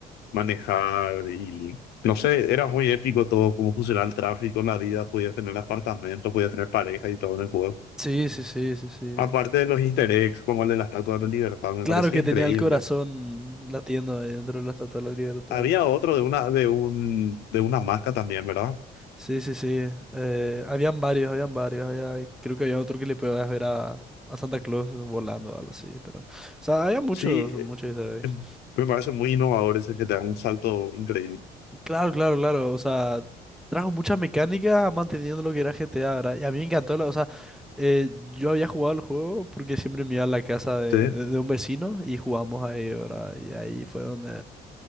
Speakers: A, on the left; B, in the centre.
A: manejar y... No sé, era muy épico todo, cómo funcionaba el tráfico, la vida, podías tener apartamentos, podías tener pareja y todo en el juego.
B: Sí, sí, sí, sí, sí.
A: Aparte de los easter eggs, como el de la Estatua de la Libertad, me
B: Claro
A: parecía
B: que
A: increíble.
B: tenía el corazón latiendo ahí dentro de la Estatua de la Libertad.
A: Había otro de una, de un, de una marca también, ¿verdad?
B: Sí, sí, sí. Eh, habían varios, habían varios. había- creo que había otro que le podías ver a, a Santa Claus volando o algo así, pero... O sea, había muchos,
A: Sí,
B: muchos
A: eh,
B: easter eggs.
A: me parece muy innovador ese que te da un salto increíble.
B: Claro, claro, claro. O sea, trajo muchas mecánicas manteniendo lo que era GTA, ¿verdad? Y a mí me encantó. la- o sea, eh, yo había jugado el juego porque siempre me iba a la casa de,
A: Sí,
B: de- de un vecino y jugamos ahí, ¿verdad? Y ahí fue donde,